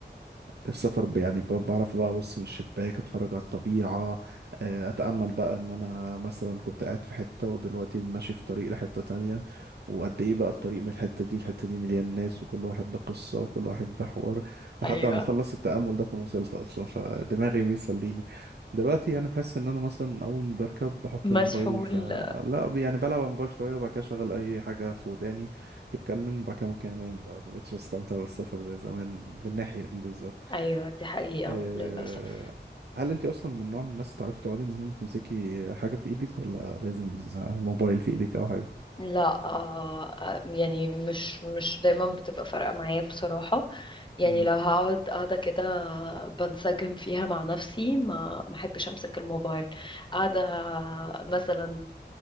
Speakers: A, on the right; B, on the left.
A: السفر ب- يعني ب- بعرف بقى ابص من الشباك اتفرج على الطبيعه آه، اتامل بقى ان انا مثلا كنت قاعد في حته ودلوقتي ماشي في طريق لحته تانية وقد ايه بقى الطريق من الحته دي الحته دي مليان ناس وكل واحد بقصه وكل واحد بحوار لحد
B: ايوه
A: ما اخلص التامل ده اكون وصلت اصلا فدماغي بيسليني دلوقتي يعني بحس ان انا مثلا اول ما بركب بحط
B: مسحول
A: الموبايل ف لا يعني بلعب على الموبايل شويه وبعد كده اشغل اي حاجه في وداني تتكلم وبعد كده ممكن انام بقى مبقتش بستمتع بالسفر زي زمان بالناحية دي بالظبط
B: ايوه دي حقيقة
A: آه،
B: للأسف
A: هل انت اصلا من نوع من الناس تعرفي تقعدي من غير ما تمسكي حاجه في ايدك ولا لازم آه، موبايل في ايدك او حاجه
B: لا آه آه، يعني مش مش دايما بتبقى فارقة معايا بصراحة يعني
A: مم.
B: لو هقعد قاعدة كده بنسجم فيها مع نفسي ما محبش امسك الموبايل قاعدة مثلا